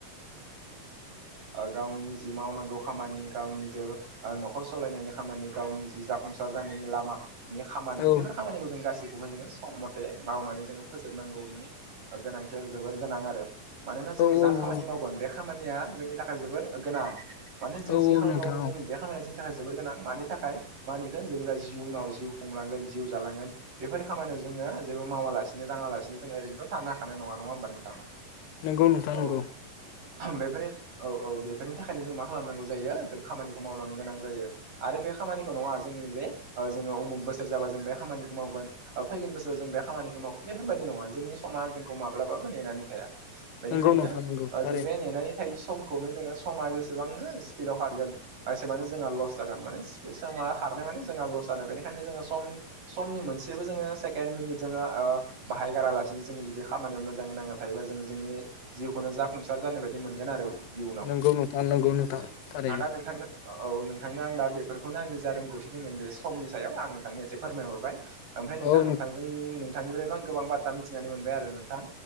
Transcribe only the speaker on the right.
ओ गावनि जि मावनांगौ खामानि गावनि जो ओ न'खर सालायनायनि खामानि गावनि जि जाफुंसार जानायनि लामा नि खामानि
बेफोर खामानिखौ जों गासैखौबो जोंङो सम मद बे मावनानै जोंङो फोजोबनांगौनि गोनांथिया जोबोर गोनां आरो। मानोना जों
जा
खामानि मावगोन बे खामानिया जोंनि थाखाय जोबोर गोनां। माने जों
जि खामानि
मावगोन जों
बे खामानिया जोंनि थाखाय जोबोर गोनां मानि थाखाय मा होनो इखो जों जा जिउनाव जिउ खुंलांगोन जिउ जालांगोन बेफोर खामानियाव जोंङो जेबो मावालासिनो दांङालासिनो जोंङो ओरैनोथ' थानो हाखानाय नङा। नङा होनबा नोंथां
औ।
बेफोर औ औ बेफोरनि थाखायनो जों मा खालामनांगौ जायो जों खामानिखौ मावलांनो गोनां जायो। आरो बे खामानिखौ नङा जों जे जोंङो उमुग बोसोर जाबा जों बे खामानिखौ मावगोन फैगोन बोसोराव जों बे खामानिखौ माव बेफोरबादि नङा जोंनि समा जोंखौ माब्लाबाबो नेनानै थाया। बेनिखायनो
ओ
जों बे नेनानै थायि समखौनो जोंङो समा जेसेबांनो स्पिडाव खारगोन एसेबानो जोंहा लस जागोन माने बे समा खारनाय माने जोंहा लस जानाय बेनिखायनो जोंङो सम समनि मोनसेबो जोंङो सेकेण्ड मिनिट जोंङो ओ बाहायगारालासिनो जों जुदि खामानियाव मोजाङै नांना थायोबा जों जोंनि जिउखौनो जाफुंसार जानाय बायदि मोनगोन आरो। इयुनाव
औ
आं दा नोंथांनो औ नोंथांनो आं दा बेफोरखौनो आंनि जा रोंगौथि दङ बेस्ट समनि सायाव आं नोंथांनि एसे फोरमायहरबाय। ओमफ्राय
नोंथां
नोंथांजों नोंथांनिफ्रायबो आं गोबां बाथ्रा मिथिनानै मोनबाय आरो नोंथां।